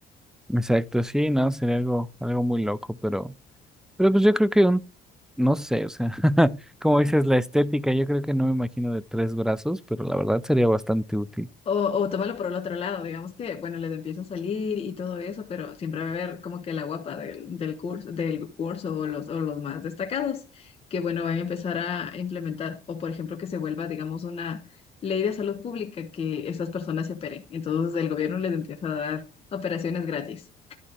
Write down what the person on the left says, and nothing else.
O, o tómalo por el otro lado, digamos que, bueno, les empieza a salir y todo eso, pero siempre va a haber como que la guapa del, del curso, del curso o los, o los más destacados, que bueno, van a empezar a implementar, o por ejemplo, que se vuelva, digamos, una ley de salud pública que esas personas se operen. Entonces el gobierno les empieza a dar operaciones gratis.